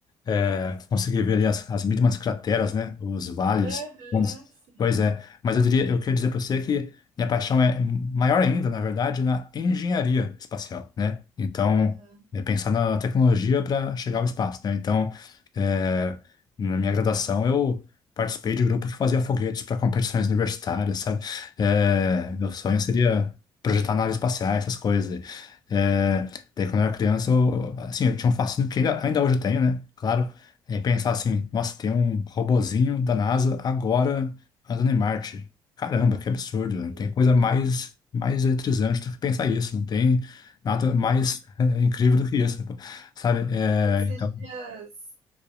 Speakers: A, on the left (about 45°); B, on the right (about 75°).
A: É, consegui ver ali as, as mínimas crateras, né? Os vales.
B: Aham,
A: Vamos-
B: sim.
A: Pois é. Mas eu diria, eu queria dizer para você que minha paixão é maior ainda, na verdade, na engenharia espacial, né? Então,
B: Aham,
A: é pensar na tecnologia para chegar ao espaço, né? Então, é, na minha graduação, eu participei de um grupo que fazia foguetes para competições universitárias, sabe? É, meu sonho seria projetar naves espaciais, essas coisas. É, Daí, quando eu era criança, eu, assim, eu tinha um fascínio que ainda, ainda hoje eu tenho, né? Claro. É pensar assim, nossa, tem um robozinho da NASA agora andando em Marte. Caramba, que absurdo, né?
B: sim.
A: não tem coisa mais, mais eletrizante do que pensar isso, não tem nada mais eh, incrível do que isso, né? sabe? É,
B: Esses
A: então,
B: dias,